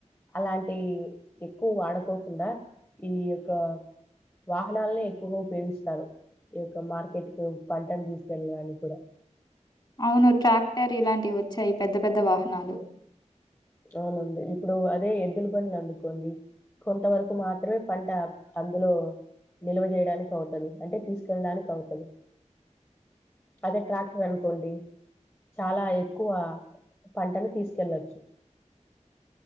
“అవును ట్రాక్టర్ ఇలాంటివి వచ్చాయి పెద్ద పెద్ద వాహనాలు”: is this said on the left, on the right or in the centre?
Left